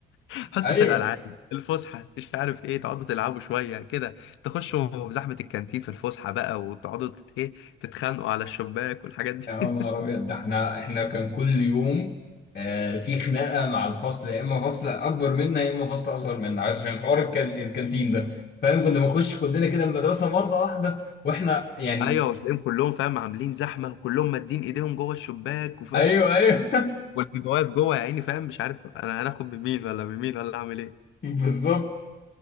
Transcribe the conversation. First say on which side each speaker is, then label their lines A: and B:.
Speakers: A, on the left; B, on the left.
A: <laughs> حصه
B: ايوه
A: الالعاب الفسحه مش عارف ايه تقعدوا تلعبوا شويه كده تخشوا في زحمه الكانتين في الفسحه بقى وتقعدوا تت- ايه تتخانقوا على الشباك والحاجات دي
B: يا نهار
A: <laughs>
B: ابيض ده احنا احنا كان كل يوم آه في خناقه مع الفصل يا اما فصل اكبر منا يا اما فصل اصغر منا عشان حوار الكان الكانتين ده فاهم كنا بنخش كلنا كده المدرسه مره واحده واحنا يعني
A: ايوه وتلاقيهم كلهم فاهم عاملين زحمه وكلهم مادين ايديهم جوه الشباك وفاهم
B: ايوه ايوه
A: واللي واقف <laughs> جوه يا عيني فاهم مش عارف طب انا هناخد بمين ولا بمين ولا اعمل ايه
B: <laughs> بالظبط